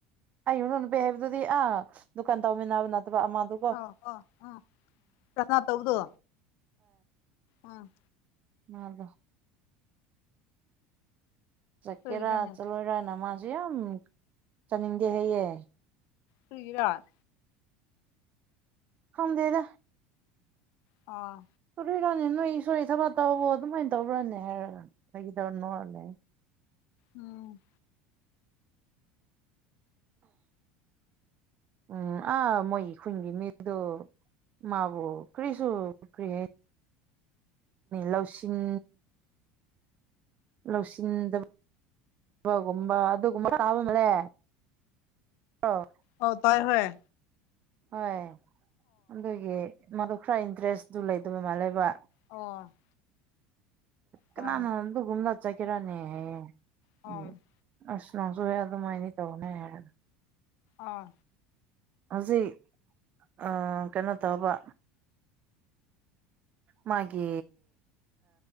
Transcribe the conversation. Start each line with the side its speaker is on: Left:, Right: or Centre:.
Right: ꯑꯩꯌꯨ ꯅ ꯅꯨ ꯄ ꯍꯥꯏꯕꯗꯨꯗꯤ ꯑꯥ ꯗꯨꯀꯥꯟ ꯇꯧꯃꯤꯟꯅꯕ ꯅꯠꯇꯕ ꯑꯃꯗꯨ꯫
Left: ꯑꯧ ꯑꯧ ꯎꯝ ꯀꯅꯥ ꯇꯧꯕꯗꯣ ꯎꯝ꯫
Right: ꯅꯗ‌ꯦ꯫ ꯆꯠꯀꯦꯔꯥ
Left: ꯀꯔꯤꯒꯤꯔꯅꯦ
Right: ꯆꯠꯂꯣꯏꯔꯅ ꯃꯥꯁꯨ ꯌꯥꯝ ꯆꯠꯅꯤꯡꯗꯦ ꯍꯩꯌꯦ꯫
Left: ꯍꯨꯏꯒꯤꯔ꯫
Right: ꯐꯝꯗ‌ꯦꯗ꯫
Left: ꯑꯥ꯫
Right: ꯁꯨꯔꯅꯤ ꯅꯣꯏ ꯏꯁꯣꯔ ꯊꯕꯛ ꯇꯧꯕ ꯑꯗꯨꯃꯥꯏꯅ ꯇꯧꯕ꯭ꯔꯅꯦ ꯍꯥꯏꯔ ꯍꯥꯏꯒꯗꯧꯅꯣꯅꯦ꯫
Left: ꯎꯝ꯫
Right: ꯎꯝ ꯑꯥ ꯃꯣꯏꯒꯤ ꯈꯨꯟꯒꯤ ꯃꯤꯗꫭ꯫ ꯃꯥꯕꯨ ꯀꯔꯤꯁꯨ ꯀꯔꯤ ꯂꯧꯁꯤꯡ ꯂꯧꯁꯤꯟꯗꯕꯕꯒꯨꯝꯕ ꯑꯗꯨꯒꯨꯝꯕ ꯂꯕ ꯑꯃꯂꯦ ꯑꯥ
Left: ꯑꯣ ꯇꯥꯏ ꯍꯌꯦ
Right: ꯍꯣꯏ ꯑꯗꯨꯒꯤ ꯃꯗꯨ ꯈꯔ ꯏꯟꯇꯔꯦꯁꯇ ꯂꯩꯗꯕ ꯃꯥꯜꯂꯕ
Left: ꯑꯣ
Right: ꯀꯅꯥꯅ
Left: ꯑꯣ
Right: ꯑꯗꯨꯒꯒꯨꯝꯗꯠ ꯆꯠꯈꯤꯔꯅꯦꯍꯦ
Left: ꯑꯣ
Right: ꯎ ꯑꯁ ꯅꯪꯁꯨ ꯍꯦ ꯑꯗꯨꯃꯥꯏꯅ ꯇꯧꯅꯦ ꯍꯥꯏꯅ
Left: ꯑꯥ
Right: ꯍꯧꯖꯤꯛ ꯑ ꯀꯩꯅꯣ ꯇꯧꯕ ꯃꯥꯒꯤ